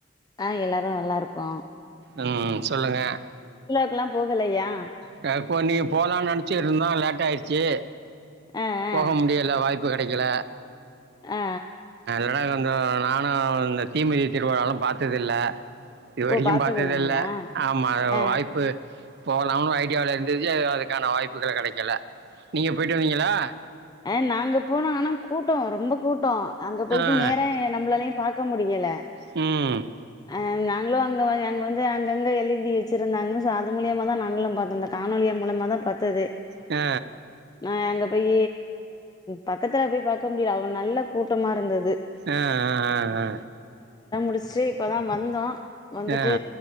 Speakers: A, on the left; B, on the right.
A: ஆ எல்லாரு நல்லா இருக்கோ
B: உம் சொல்லுங்க
A: ல்லா போகலையா
B: க இப்போ நீங்க போலானு நெனச்சிட்டு இருந்தா லேட் ஆயிடுச்சு
A: ஆ
B: போக
A: ஆ
B: முடியல வாய்ப்பு கெடைக்கல
A: ஆ
B: ஆனா கொஞ்சோ நானு இந்த தீமிதி திருவிழாலா பாத்ததில்ல இது வரைக்கு
A: ஓ பாத்தது
B: பாத்ததில்ல
A: இல்லைங்களா
B: ஆமா அத
A: ஆ
B: வாய்ப்பு போகலாம்னு ஐடியாவில இருந்துச்சி அதுக்கான வாய்ப்புகள் கெடைக்கல நீங்க போயிட்டு வந்தீங்களா
A: அ நாங்க போனோ ஆனா கூட்டோ ரொம்ப கூட்டோ அங்க போயிட்டு
B: ஆ
A: நேர நம்மளாலையு பாக் க்க முடியல
B: ம்
A: அ நாங்களு அங்க வ அங்க வந்து அங்கங்க எழுதி வச்சுருந்தாங்க சோ அது மூலியமாதா நாங்களு பாத்தோ இந்த காணொலியா மூலிமாதா பத்தது
B: அ
A: நா அங்க போய் பக்கத்துல போய் பாக்க முடியல அவள நல்ல கூட்டமா இருந்த
B: ஆ ஆ ஆ
A: முடிச்சிட்டு இப்பதா வந்தோ வந்துட்டு
B: ஆ